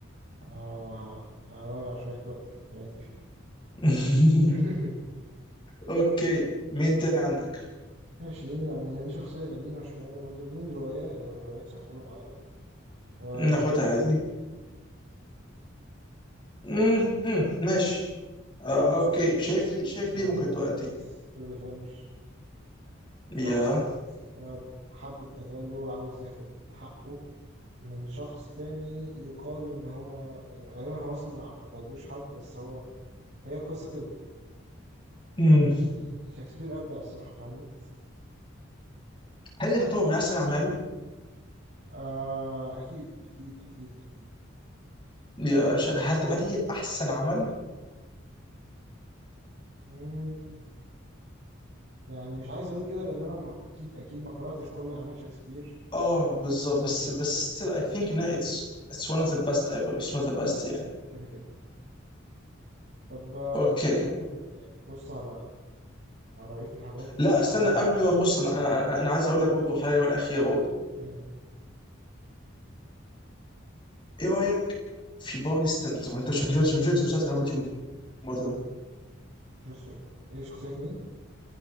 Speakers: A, on the right (about 55°); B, on the left (about 25°).
A: آه هضيع شوية وقت في حياتي فيه
B: <laughs>
A: <laughs>
B: اوكي مين تاني عندك؟
A: ماشي يعني دي شخصية قديمة شوية برضو دي من رواية لو الروايات شغالة معانا وهاملت
B: ناخدها عادي مهم. ماشي آه،
A: برنس
B: اوكي شايف لي شايف
A: هو
B: ليه ممكن تبقى انت
A: needs to revenge شخص
B: يا
A: آه، حد اتأذى له عاوز ياخد حقه من شخص تاني يقال إن هو يعني غالبا هو أصلا ما ما قتلوش حد بس هو هي قصة كده
B: مم.
A: يعني شكسبير أبدع الصراحة في هاملت
B: هل هي تعتبر من احسن اعماله
A: آه أكيد أكيد أكيد
B: يا أنا شا- هل طب هل هي احسن عمل
A: أكيد يعني مش عايز اقول كده لان انا م- اكيد اكيد ما قراتش كل اعمال شكسبير
B: اه بالظبط بس بس still I think ان it's it's one of the best ever it's not the
A: اكيد
B: best يعني
A: كده كده طب آه،
B: اوكي
A: ما تيجي كده ن- يعني نبص على على بقيه الحاجات
B: لا
A: لما
B: استنى
A: ناخد
B: قبل
A: القرار
B: ما نبص
A: ده
B: انا انا, أنا عايز اقول لك برضه حاجه وانا اخيره برضه
A: امم
B: ايه رايك في بارني ستانسون انت مش مش مش مش مسلسل هاو ميت يور ماذر
A: شوف اسم- ايه شخصيه مين